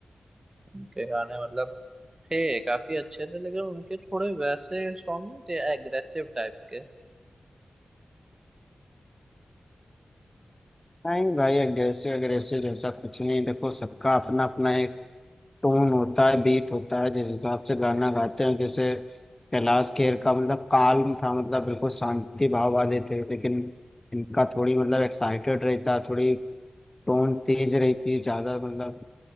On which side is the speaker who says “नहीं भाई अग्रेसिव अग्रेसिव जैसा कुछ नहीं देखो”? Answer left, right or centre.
Left